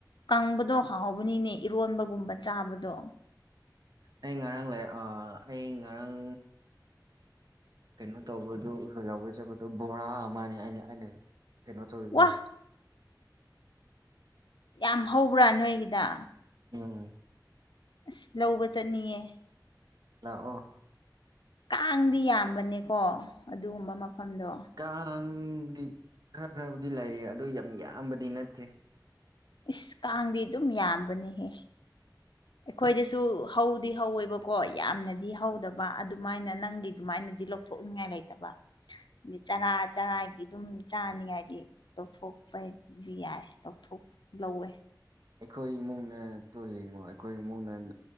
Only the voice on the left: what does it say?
ꯀꯪꯕꯗꯣ ꯍꯥꯎꯕꯅꯤꯅꯦ ꯏꯔꯣꯟꯕꯒꯨꯝꯕ ꯆꯥꯕꯗꯣ
ꯋꯥ ꯌꯥꯝ ꯍꯧꯕ꯭ꯔꯥ ꯅꯣꯏꯒꯤꯗ
ꯑꯁ ꯂꯧꯕ ꯆꯠꯅꯤꯡꯉꯦ
ꯀꯥꯡꯗꯤ ꯌꯥꯝꯕꯅꯦꯀꯣ ꯑꯗꯨꯒꯨꯝꯕ ꯃꯐꯝꯗꯣ
ꯏꯁ ꯀꯥꯡꯗꯤ ꯑꯗꯨꯝ ꯌꯥꯝꯕꯅꯤꯍꯦ ꯑꯩꯈꯣꯏꯗꯁꯨ ꯍꯧꯗꯤ ꯍꯧꯋꯦꯕꯀꯣ ꯌꯥꯝꯅꯗꯤ ꯍꯧꯗꯕ ꯑꯗꯨꯃꯥꯏꯅ ꯅꯪꯒꯤ ꯑꯗꯨꯃꯥꯏꯅꯗꯤ ꯂꯧ ꯊꯣꯛꯅꯤꯡꯉꯥꯏ ꯂꯩꯇꯕ ꯆꯔꯥ ꯆꯔꯥꯒꯤ ꯑꯗꯨꯝ ꯆꯥꯅꯤꯡꯉꯥꯏꯗꯤ ꯂꯧꯊꯣꯛꯄ ꯍꯥꯏꯗꯤ ꯌꯥꯏ ꯂꯧꯊꯣꯛ ꯂꯧꯋꯦ